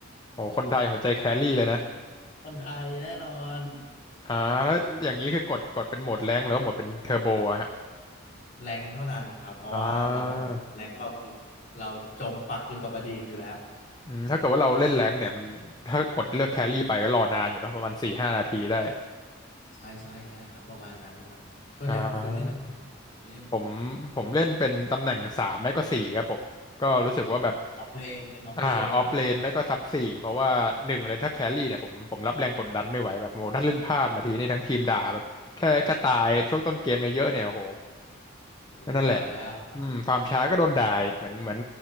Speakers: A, on the left (about 20°); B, on the left (about 40°).
A: โอ้โหคนไทยหัวใจแครี่เลยนะ
B: คนไทยแน่นอน
A: อ่าแล้วอย่างนี้คือกดกดเป็นโหมดแรงค์หรือว่าโหมดเป็นเทอร์โบอะฮะ
B: แรงเท่านั้นครับเพราะว่าเราต้องการแรงเราคือเราจมปักอยู่กับอดีตอยู่แล้ว
A: อ่าอืมถ้าเกิดว่าเราเล่นแรงค์เนี่ยมันถ้ากดเลือกแครี่ไปก็รอนานอยู่เนาะประมาณสี่ห้านาทีได้
B: ใช่ใช่ใช่ครับประมาณนั้นประมาณนั้นส่วนใหญ่คุณฟิลเล่นตำแหน่งไหนตอนเล่น
A: อ่า ผมผมเล่นเป็นตำแหน่งสามไม่ก็สี่ครับผมก็รู้สึกว่าแบบ
B: อ๋อออฟเลนเล่นออฟเลนเนี่ย
A: อ่าออฟเลนไม่ก็ซับสี่เพราะว่าหนึ่งเลยถ้าแครี่เนี่ยผมผมรับแรงกดดันไม่ไหวแบบโหถ้าเล่นพลาดมาทีนี่ทั้งทีมด่าแบบแค่แค่ตายช่วงต้นเกมเยอะๆเนี่ยโอ้โห
B: โอ้เรียบร้อยแล้ว
A: นั่นแหละอืมฟาร์มช้าก็โดนด่าอีกเหมือนเหมือน